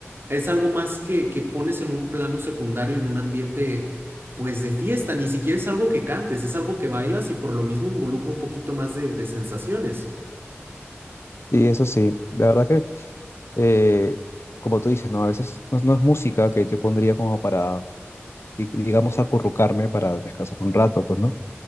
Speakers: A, on the right; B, on the left.
A: Es algo más que, que pones en un plano secundario, en un ambiente, pues, de fiesta. Ni siquiera es algo que cantes, es algo que bailas y por lo mismo involucra un poquito más de, de sensaciones.
B: Y eso sí, la verdad que eh, como tú dices, ¿no? A veces no, no es música que yo pondría como para, di- digamos, acurrucarme para descansar un rato, pues, ¿no?